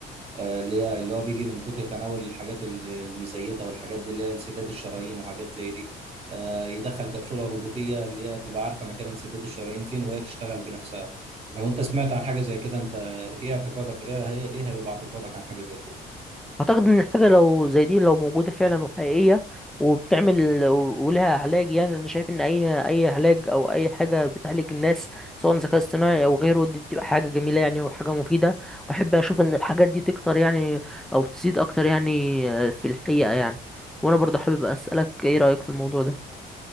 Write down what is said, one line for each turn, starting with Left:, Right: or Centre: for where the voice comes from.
Right: آه، اللي هي اللي هو بيجي من كتر تناول الحاجات ال- المزيتة والحاجات دي اللي هي انسداد الشرايين وحاجات زي دي آه، يدخل كبسولة روبوتية اللي هي تبقى عارفة مكان انسداد الشرايين فين وهي تشتغل بنفسها لو أنت سمعت عن حاجة زي كده أنت إيه اعتقادك إيه هي إيه هيبقى اعتقادك عن حاجة زي كده؟
Centre: اعتقد ان الحاجه لو زي دي لو موجوده فعلا وحقيقيه وبتعمل و- ولها علاج يعني انا شايف ان اي اي علاج او اي حاجه بتعالج الناس سواء ذكاء اصطناعي او غيره دي بتبقى حاجه جميله يعني وحاجه مفيده واحب اشوف ان الحاجات دي تكتر يعني او تزيد اكتر يعني في الحقيقه يعني وانا برضه حابب اسالك ايه رايك في الموضوع ده